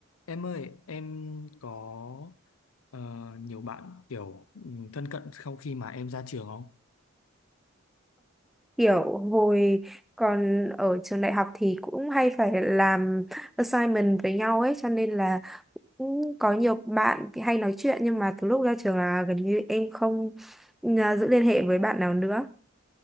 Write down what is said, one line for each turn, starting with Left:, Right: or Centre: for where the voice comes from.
Left: Em ơi, em có ờ, nhiều bạn kiểu ừ, thân cận sau khi mà em ra trường không?
Centre: kiểu hồi còn ở trường đại học thì cũng hay phải làm assignment với nhau ấy cho nên là cũng có nhiều bạn hay nói chuyện nhưng mà từ lúc ra trường là gần như em không à, giữ liên hệ với bạn nào nữa